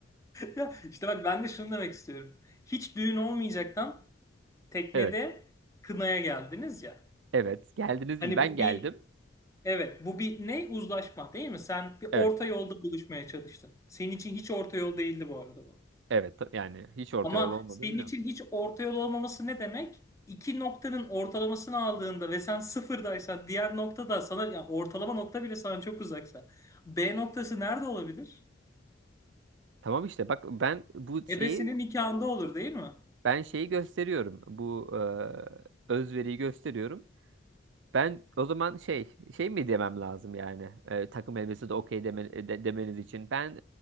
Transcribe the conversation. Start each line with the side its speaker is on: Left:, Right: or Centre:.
Left: Ya işte bak ben de şunu demek istiyorum. Hiç düğün olmayacaktan teknede
Right: Evet.
Left: kınaya geldiniz ya.
Right: Evet. Geldiniz
Left: Hani
Right: değil. Ben
Left: bu
Right: geldim.
Left: bir evet bu bir ne uzlaşma değil mi? Sen bir
Right: Evet.
Left: orta yolda buluşmaya çalıştın. Senin için hiç orta yol değildi bu arada bu.
Right: Evet. ta- Yani hiç orta
Left: Ama
Right: yol olmadığını
Left: senin
Right: biliyorsun.
Left: için hiç orta yol olmaması ne demek? İki noktanın ortalamasını aldığında ve sen sıfırdaysan diğer nokta da sana ya ortalama nokta bile sana çok uzaksa. B noktası nerede olabilir?
Right: Tamam işte bak ben bu şeyi
Left: Ebesinin nikahında olur değil mi?
Right: ben şeyi gösteriyorum. Bu e, özveriyi gösteriyorum. Ben o zaman şey şey mi demem lazım yani e, takım elbisesi de okey deme- e, de- demeniz için ben